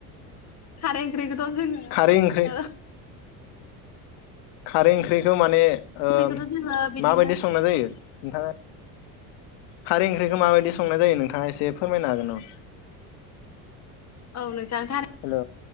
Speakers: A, on the left; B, on the left.
A: खारै ओंख्रि खौ जोङो
B: खारै ओंख्रि
A: ओ
B: खारै ओंख्रिखौ माने ओ
A: ओंख्रिखौथ' जोङो बिदिनो
B: माबायदि संनाय जायो? नोंथाङा खारि ओंख्रिखौ माबायदि संनाय जायो नोंथाङा एसे फोरमायनो हागोन नामा?
A: औ नोंथां थार
B: हेल'